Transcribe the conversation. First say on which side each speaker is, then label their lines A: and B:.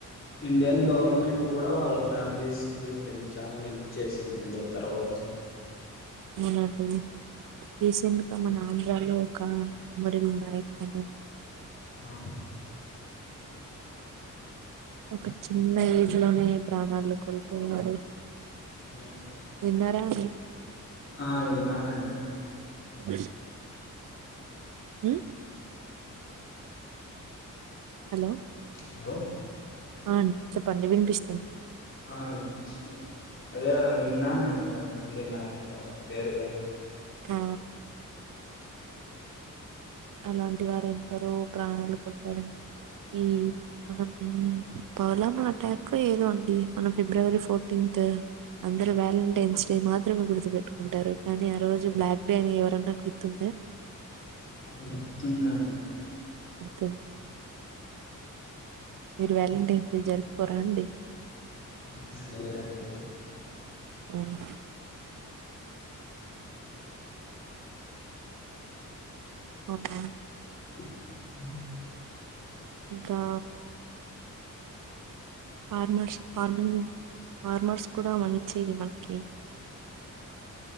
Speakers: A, on the left; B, on the right.
A: ఇండియన్ గవర్నమెంట్ కూడా వాళ్ళ ఫ్యామిలీస్ కి హెల్ప్ చేసిందండి ఆ తర్వాత
B: అవునా అండి రీసెంట్ గా మన ఆంధ్రాలో ఒక మురళి నాయక్ అని
A: అవును
B: ఒక చిన్న ఏజ్ లోనే ప్రాణాలు కొల్ ఏ నాడు
A: అవునండి.
B: తిన్నారా అండి
A: ఆ విన్నానండి.
B: అ మ్ హలో
A: హలో
B: ఆ అండి చెప్పండి వినిపిస్తుంది
A: ఆ వినిపిస్తుంది. అదే విన్నానండి మురళీ నాయక్ గారి పేరు గాని
B: ఆ అలాంటి వారు ఎందరో ప్రాణాలు కోల్పోడం ఈ మనం మ్ పౌలమ్ అటాక్ ఏదో అండి మొన్న ఫిబ్రవరి ఫో టీన్త్ అందరు వ్యాలంటైన్స్ డే మాత్రమే గుర్తుపెట్టుకుంటారు కానీ ఆ రోజు బ్లాక్ డే అని ఎవరన్నా గుర్తుందా
A: గుర్తుందండి
B: గుర్తుందా వాలంటైన్ డే జరుపుకోరా అండి
A: ఆ, లేదండి.
B: మ్ అవునా
A: అ <inaudible>
B: ఇంకా ఫార్మర్స్ ఫార్మింగ్ ఫార్మర్స్ కూడా మంచి మనకి